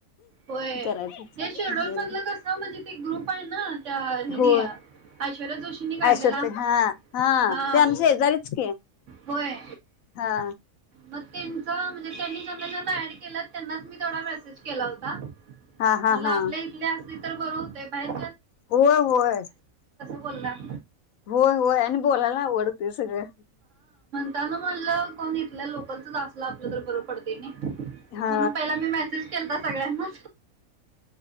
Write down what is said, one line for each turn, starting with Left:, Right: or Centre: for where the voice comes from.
Right: होय
Left: करायचं
Right: हे शेड्यल मधलं कस म्हणजे ते ग्रुप आहे ना त्या हनी
Left: हो
Right: ऐश्वर्या जोशीनी काढलेला
Left: ऐश्वर्या ताई हा
Right: हा
Left: ते आमच्या शेजारीच की
Right: होय
Left: हा
Right: म त्यांचा म्हणजे त्यांनी जना जना ऍड केला त्यांनाच मी तेथोडा मेसेज केला होता का
Left: हा हा
Right: मला
Left: हा
Right: आपल्या इथले अस बरं होतंय बाहेर
Left: होय होय
Right: बोलणार.
Left: होय होय आणि बोलायला ना आवडते सगळ
Right: तलमनला कोण लोकलचलं आपलं तर बरं पडते म्हणून
Left: हा
Right: पहिला मी मेसेज के कळ ना